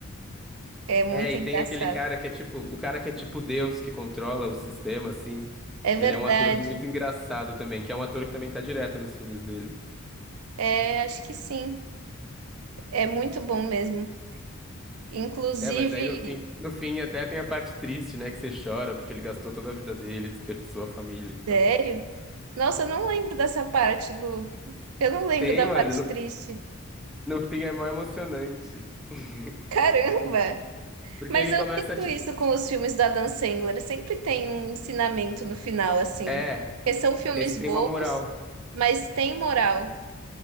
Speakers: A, on the right (about 75°); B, in the centre.
A: É muito
B: É, e
A: engraçado.
B: tem aquele cara que é tipo, o cara que é tipo Deus, que controla o sistema, assim.
A: É verdade.
B: Ele é um ator muito engraçado também, que é um ator que também tá direto nos filmes dele.
A: É, acho que sim. É muito bom mesmo. Inclusive,
B: É, mas daí no fim, no fim até tem a parte triste, né? Que você chora, porque ele gastou toda a vida dele, desperdiçou a família e tal.
A: sério? Nossa, eu não lembro dessa parte, Lu. Eu não lembro
B: Tem,
A: da
B: mano,
A: parte
B: no,
A: triste.
B: no fim é mó emocionante. <laughs>
A: Caramba!
B: Porque
A: Mas
B: ele
A: eu
B: começa,
A: sinto
B: tipo,
A: isso com os filmes do Adam Sandler. Sempre tem um ensinamento no final, assim.
B: é,
A: Porque são filmes
B: esse tem
A: bobos,
B: uma moral.
A: mas tem moral.